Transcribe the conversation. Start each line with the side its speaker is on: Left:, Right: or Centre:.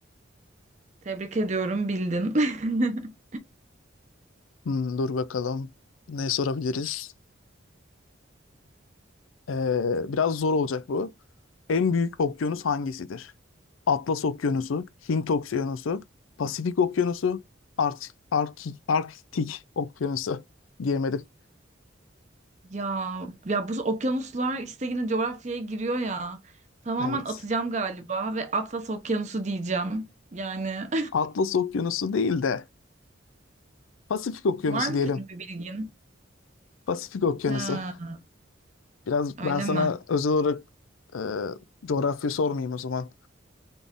Right: Tebrik ediyorum, bildin. <laughs>
Left: Hmm, dur bakalım ne sorabiliriz? Ee, biraz zor olacak bu. En büyük okyanus hangisidir? Atlas Okyanusu, Hint Okyanusu, Pasifik Okyanusu, Art Arki- Arktik Okyanusu <laughs> diyemedim.
Right: Ya ya bu okyanuslar işte yine coğrafyaya giriyor ya. Tamamen
Left: Evet.
Right: atacağım galiba ve Atlas Okyanusu diyeceğim. Yani
Left: Atlas Okyanusu değil de Pasifik Okyanusu
Right: <laughs> var mı
Left: diyelim.
Right: senin bir bilgin?
Left: Pasifik Okyanusu.
Right: Ha,
Left: Biraz
Right: öyle
Left: ben sana
Right: mi?
Left: özel olarak e, coğrafya sormayayım o zaman.